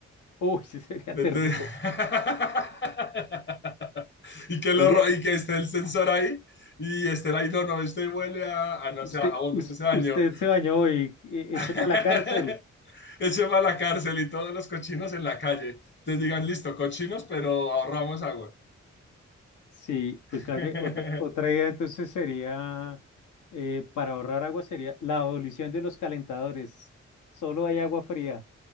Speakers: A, on the left (about 80°); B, on the left (about 40°).
A: Uy, ese sería
B: Entonces-
A: terrible.
B: <laughs> y que
A: Oye,
B: lo, ro- y que esté el sensor ahí y esté ahí, no, no, este huele a,
A: <laughs>
B: a no
A: usted,
B: sé, a jabón,
A: usted,
B: usted se bañó.
A: usted se bañó y e-,
B: <laughs>
A: eche para la cárcel.
B: Eche para la cárcel y todos los cochinos en la calle. Entonces digan, listo, cochinos, pero ahorramos agua.
A: Sí,
B: <laughs>
A: pues claro que otra, otra idea entonces sería, eh, para ahorrar agua sería la abolición de los calentadores. Solo hay agua fría.